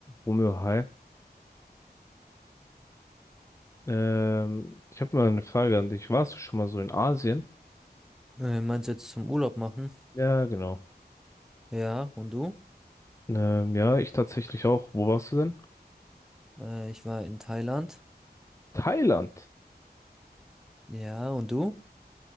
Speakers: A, on the left (about 15°); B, in the centre.
A: Romeo, hi. Ähm, ich habe mal eine Frage an dich. Warst du schon mal so in Asien?
B: Äh, meinst du jetzt zum Urlaub machen?
A: Ja, genau.
B: Ja, und du?
A: Ähm, ja, ich tatsächlich auch. Wo warst du denn?
B: Äh, ich war in Thailand.
A: Thailand.
B: Ja, und du?